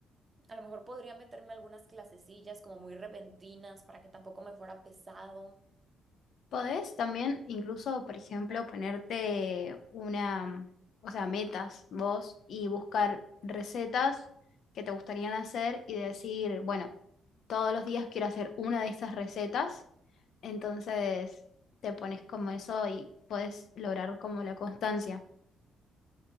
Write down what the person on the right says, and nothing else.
A lo mejor podría meterme algunas clasecillas como muy repentinas para que tampoco me fuera pesado.
Ah,